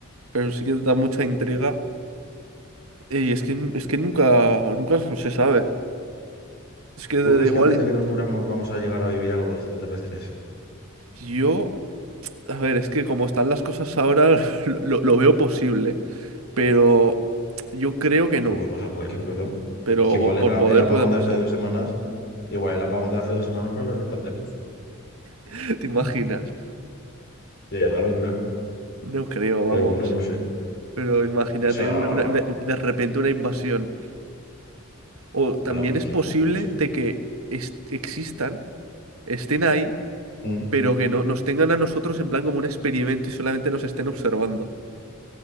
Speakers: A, on the right; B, on the left.
A: pero sí que da mucha intriga. Eh, Y es que, es que nunca, nunca se sabe. Es que
B: ¿Tú
A: de-
B: crees
A: de igual
B: que antes de
A: mm,
B: que nos muramos vamos a llegar a vivir algo de extraterrestres?
A: yo, a ver, es que como están las cosas ahora, <laughs> lo, lo veo posible, pero yo creo que no.
B: Que puede pasar cualquier cosa.
A: Pero
B: Es que igual el,
A: por
B: a-
A: poder
B: el apagón
A: puede pasar.
B: de hace dos semanas, igual el apagón de hace dos semanas fue a los extraterrestres.
A: <laughs> ¿Te imaginas?
B: <laughs> Sería una locura.
A: No creo, vamos.
B: Pero bueno, no sé.
A: Pero imagínate
B: O sea,
A: una- una- una- de repente una invasión. O también
B: la, pues
A: es
B: que,
A: posible
B: no sé.
A: de que es- existan, estén ahí,
B: Mm,
A: pero que no, nos tengan a nosotros en plan como un experimento y solamente nos estén observando.